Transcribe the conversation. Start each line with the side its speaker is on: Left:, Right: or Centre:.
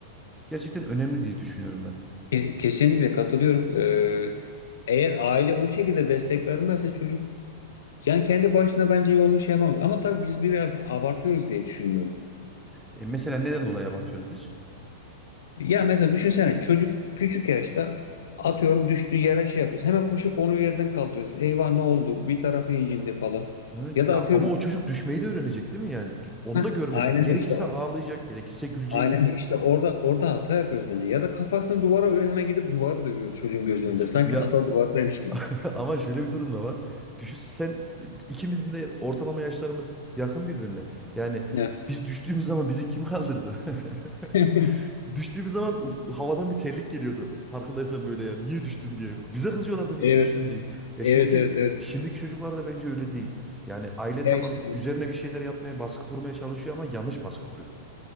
Centre: gerçekten önemli diye düşünüyorum ben.
Left: ke- kesinlikle katılıyorum. E, eğer aile o şekilde destek vermezse çocuk yani kendi başına bence yolunu şey yapamaz. Ama tabii biz biraz abartıyoruz diye düşünüyorum.
Centre: E, mesela neden dolayı abartıyoruz biz?
Left: Ya mesela düşünsene çocuk küçük yaşta atıyorum düştüğü yere şey yapıyoruz. Hemen koşup onu yerden kaldırıyoruz. Eyvah ne oldu? Bir tarafı incindi falan.
Centre: Evet.
Left: Ya da
Centre: Ya
Left: atıyorum
Centre: ama o çocuk düşmeyi de öğrenecek değil mi yani? Dü- Onu
Left: heh,
Centre: da görmesi.
Left: aynen
Centre: Gerekirse
Left: işte o.
Centre: ağlayacak, gerekirse gülecek.
Left: Aynen işte orada orada hata yapıyoruz bence. Ya da kafasını duvara vuruyor hemen gidip duvarı dövüyoruz çocuğun gözünün
Centre: <laughs>
Left: önünde. Sanki
Centre: Ya
Left: hata duvardaymış gibi.
Centre: <laughs> Ama şöyle bir durum da var. Düşün sen ikimizin de ortalama yaşlarımız yakın birbirine. Yani
Left: Evet.
Centre: biz düştüğümüz zaman bizi kim kaldırdı?
Left: <laughs>
Centre: <laughs> Düştüğümüz zaman uf- havadan bir terlik geliyordu. Farkındaysan böyle ya. Niye düştün diye. Bize kızıyorlardı niye
Left: Evet,
Centre: düştün diye. Ya
Left: evet,
Centre: şimdiki
Left: evet, evet.
Centre: şimdiki çocuklar da bence öyle değil. Yani aile
Left: Ya
Centre: tamam
Left: işte.
Centre: üzerine bir şeyler yapmaya, baskı kurmaya çalışıyor ama yanlış baskı kuruyor.